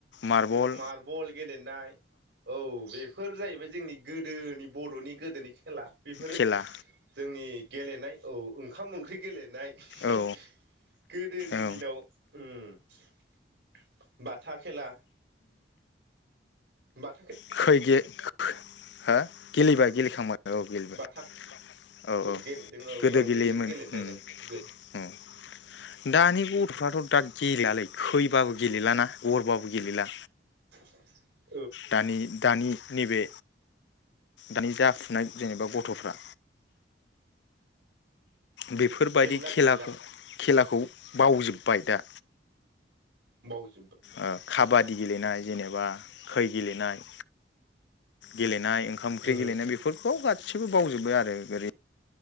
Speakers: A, on the left; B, on the right.
A: मार्बल
B: मारबल गेलेनाय औ बे फोर जाहैबाय जोंनि गोदोनि बर'नि गोदोनि खेला बेफोरो
A: खेला
B: जोंनि गेलेनाय औ ओंखाम ओंख्रि गेलेनाय हि
A: औ
B: हि हि गोदोनि
A: औ
B: दिनाव उम बाथा खेला बा
A: खैगे हा गेलेबाय गेलेखांबाय औ गेलेबाय
B: बाथा
A: औ औ
B: गेलेदों औ
A: गोदो
B: आंबो
A: गेलेयोमोन
B: एसे गेलेनो नायदों
A: उम
B: गोद
A: उम दानि गथ'फ्राथ' दा गेलेलालै थैबाबो गेलेेलाना गरबाबो गेलेला
B: <inaudible>
A: दानि दानि नैबे दानि जाफुनाय जेनेबा गथ'फ्रा बेफोरबायदि
B: गेलेला
A: खेलाखौ
B: गेलेला
A: खेला खौ बावजोब्बाय दा
B: बावजो
A: ओ खाबादि गेलेनाय जेनेबा खै गेलेनाय गेले नाय ओंखाम ओंख्रि
B: उम
A: गेलेनाय बेफोरखौ सैबो बावजोब्बाय आरो गोलै